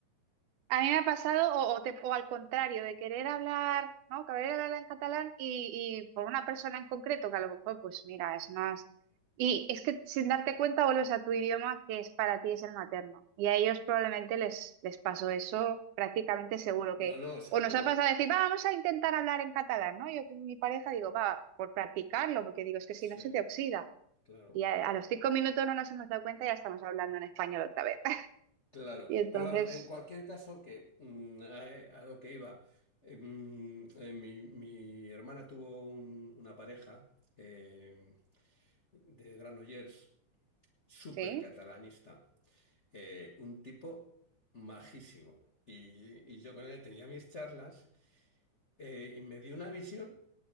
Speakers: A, on the right; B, on the left.
A: A mí me ha pasado, o, o te- o al contrario, de querer hablar, ¿no? Querer hablar en catalán y, y por una persona en concreto, que a lo mejor, pues mira, es más. Y es que sin darte cuenta vuelves a tu idioma que es para ti es el materno. Y a ellos probablemente les, les pasó eso prácticamente seguro que.
B: No, no, seguro.
A: O nos ha pasado decir, "Va, vamos a intentar hablar en catalán, ¿no? Yo con mi pareja digo, va, por practicarlo, porque digo, es que si
B: Sí,
A: no se te oxida.
B: claro.
A: Y a, a los cinco minutos no nos hemos dado cuenta y ya estamos hablando en español otra vez. <laughs>
B: Claro,
A: Y entonces,
B: pero bueno, en cualquier caso, que mm, a, a lo que iba, eh, mm, eh, mi, mi hermana tuvo un- una pareja eh, de Granollers, súper
A: sí,
B: catalanista, eh, un tipo majísimo. Y, y yo con él tenía mis charlas eh, y me dio una visión,